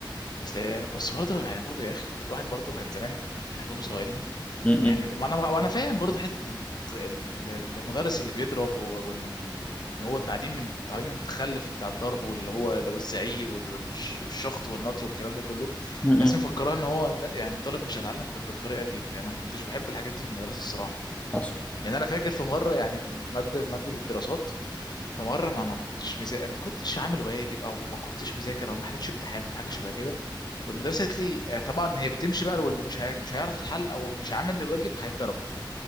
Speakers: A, on the left (about 55°); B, on the left (about 15°).
A: اصل بس برضه يعني برضه يا اخي الواحد برضه كان زمان يعني احنا كنا صغيرين
B: امم
A: يعني ما انا وانا فاهم برضه حته ال- ال- المدرس اللي بيضرب واللي هو التعليم التعليم المتخلف بتاع الضرب واللي هو لو الزعيق وال- والش- والشخط والنطر والكلام ده كله
B: امم
A: بس مفكراه ان هو يعني الطالب مش هيتعلم غير بالطريقه ديت يعني انا ما كنتش بحب الحاجات دي في المدرسه الصراحه
B: حصل
A: يعني انا فاكر في مره يعني كنت في ماده ماده الدراسات في مره ما ما كنتش مزا... ما كنتش عامل واجب او ما كنتش مذاكر او ما حلتش امتحان في حاجه شبه كده والمدرسه قالت لي آه، طبعا هي بتمشي بقى واللي مش هي... مش هيعرف يتحل او مش عامل الواجب هيتضرب